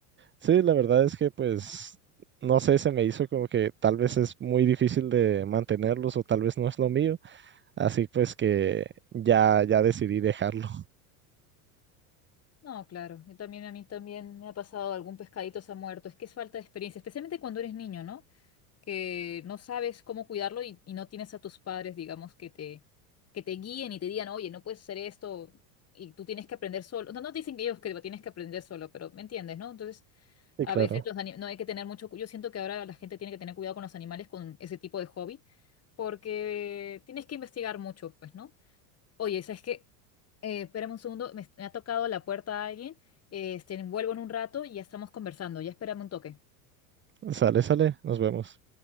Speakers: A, on the right; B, on the left.
A: Sí, la verdad es que pues, no sé, se me hizo como que tal vez es muy difícil de mantenerlos o tal vez no es lo mío, así pues que ya, ya decidí dejarlo.
B: No, claro. Yo también, a mí también me ha pasado algún pescadito se ha muerto. Es que es falta de experiencia, especialmente cuando eres niño, ¿no? Que no sabes cómo cuidarlo y, y no tienes a tus padres, digamos, que te, que te guíen y te digan, oye, no puedes hacer esto y tú tienes que aprender solo. No, no dicen que ellos que lo tienes que aprender solo, pero me entiendes, ¿no? Entonces,
A: Y
B: a
A: claro,
B: veces los ani- no hay que tener mucho. cu- Yo siento que ahora la gente tiene que tener cuidado con los animales con ese tipo de hobby porque tienes que investigar mucho, pues, ¿no? Oye, ¿sabes qué? Eh, espérame un segundo, me, me ha tocado la puerta a alguien, este, vuelvo en un rato y ya estamos conversando, ya espérame un toque.
A: sale, sale, nos vemos.